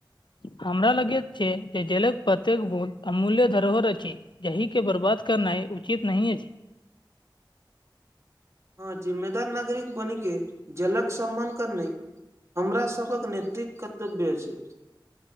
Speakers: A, on the left; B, on the right.
A: हमरा लाग छै जे जेलक प्रत्येक बोत अमूल्य धरोहर अछि यहि के बर्बाद करनाइ उचित नहि अछि जी
B: हँ जिम्मेदार नागरिक बन के जलक सम्मान करना हमरासक नैतिक कर्तव्य अछि।